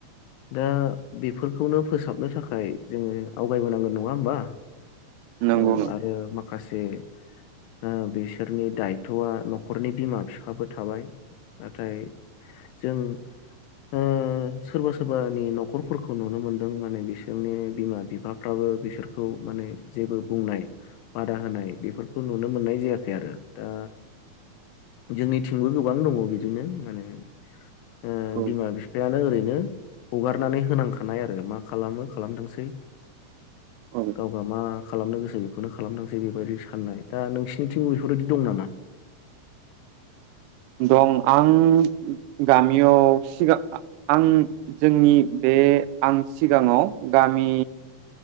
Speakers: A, on the left (about 80°); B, on the right (about 85°).
A: दा बेफोरखौनो फोसाबनो थाखाय जोङो आवगायबोनांगोन नङा होमबा?
B: नंगौ
A: औ
B: नंगौ
A: आरो मा माखासे ओ बिसोरनि दायथआ नखरनि बिमा बिफाबो थाबाय नाथाय जों ओ सोरबा सोरबानि नखरफोरखौ नुनो मोनदों माने बिसोरनि बिमा बिफाफ्राबो बिसोरखौ माने जेबो बुंनाय बादा होनाय बेफोरखौ नुनो मोननाय जायाखै आरो दा जोंनिथिंबो गोबां दङ बिदिनो माने ओ
B: औ
A: बिमा बिफायानो ओरैनो हगारनानै होनांखानाय आरो मा खालामो खालामथोंसै
B: औ
A: गावबा मा? खालामनो गोसो बेखौनो खालामथोंसै बेबायदि साननाय दा नोंसिनिथिंबो बेफोरबायदि दं नामा?
B: दं आं गामियाव सिगां आं जोंनि बे आं सिगाङाव गामि